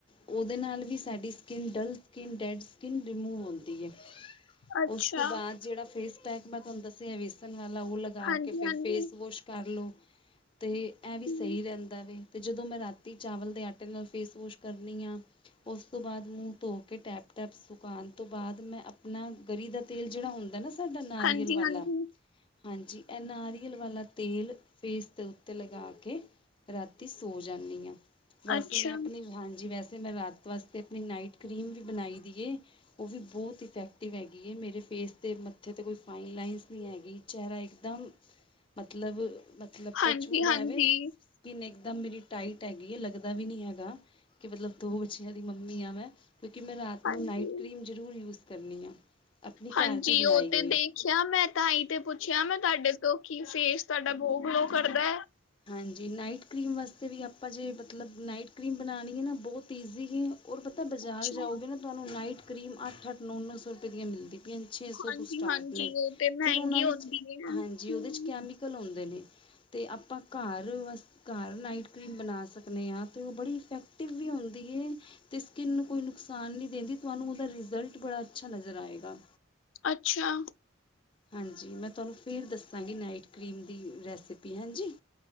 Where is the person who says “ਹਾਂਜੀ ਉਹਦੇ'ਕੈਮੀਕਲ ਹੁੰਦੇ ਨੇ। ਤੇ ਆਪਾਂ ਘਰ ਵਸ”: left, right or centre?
Left